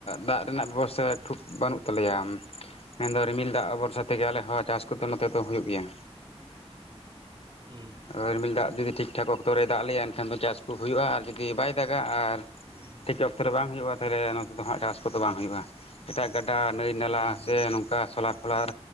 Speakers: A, on the left; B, on the right.
A: ᱫᱟᱜ ᱨᱮᱱᱟᱜ ᱵᱮᱵᱚᱥᱛᱷᱟ ᱠᱷᱩᱵ ᱵᱟᱹᱱᱩᱜ ᱛᱟᱞᱮᱭᱟ᱾ ᱢᱮᱱᱫᱚ ᱨᱤᱢᱤᱞ ᱫᱟᱜ ᱵᱷᱚᱨᱥᱟ ᱛᱮᱜᱮ ᱟᱞᱮ ᱦᱚᱸ ᱪᱟᱥ ᱠᱚᱫᱚ ᱱᱚᱛᱮ ᱫᱚ ᱦᱩᱭᱩᱜ ᱜᱮᱭᱟ᱾
B: ᱦᱮᱸ
A: ᱳᱭ ᱨᱤᱢᱤᱞ ᱫᱟᱜ ᱡᱩᱫᱤ ᱴᱷᱤᱠ ᱴᱷᱟᱠ ᱚ ᱟᱛᱳ ᱨᱮ ᱫᱟᱜ ᱞᱮᱭᱟ ᱮᱱᱠᱷᱟᱱ ᱫᱚ ᱪᱟᱥ ᱠᱚ ᱦᱩᱭᱩᱜᱼᱟ ᱟᱨ ᱡᱩᱫᱤ ᱵᱟᱭ ᱫᱟᱜᱟ ᱟᱨ
B: ᱦᱩᱸ᱾
A: <unintelligible> ᱨᱮ ᱵᱟᱝ ᱦᱩᱭᱩᱜᱼᱟ ᱛᱟᱦᱚᱞᱮ ᱱᱚᱛᱮ ᱫᱚ ᱦᱟᱸᱜ ᱪᱟᱥ ᱠᱚᱫᱚ ᱵᱟᱝ ᱦᱩᱭᱩᱜᱼᱟ, ᱮᱴᱟᱜ ᱜᱟᱰᱟ ᱱᱟᱹᱭ ᱱᱟᱞᱟ
B: ᱦᱮᱸ
A: ᱥᱮ
B: ᱦᱮᱸ
A: ᱱᱚ ᱠᱟ ᱥᱚᱞᱟᱨ ᱯᱷᱚᱞᱟᱨ